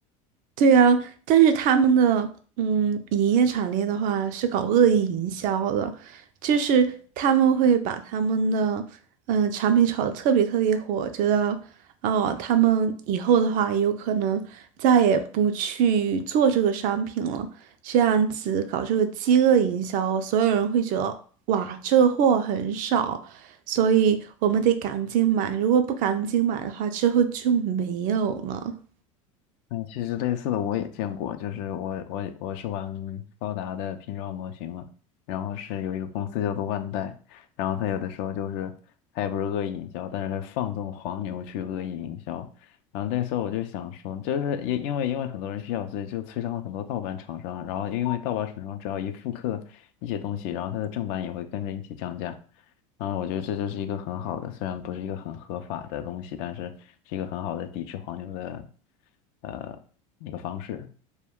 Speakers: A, on the right; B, on the left.
A: 对呀，但是他们的嗯营业产业的话是搞恶意营销的，就是他们会把他们的嗯、呃产品炒得特别特别火，觉得哦他们以后的话也有可能再也不去做这个商品了，这样子搞这个饥饿营销，所有人会觉得哇这个货很少，所以我们得赶紧买，如果不赶紧买的话，之后就没有了。
B: 嗯，其实类似的我也见过，就是我我我是玩高达的拼装模型嘛，然后是有一个公司叫做万代，然后他有的时候就是他也不是恶意营销，但是他放纵黄牛去恶意营销，然后那时候我就想说，就是因因为因为很多人需要，所以就催生了很多盗版厂商啊，然后因为盗版厂商只要一复刻一些东西，然后它的正版也会跟着一起降价，啊，我觉得这就是一个很好的，虽然不是一个很合法的东西，但是是一个很好的抵制黄牛的，呃，一个方式。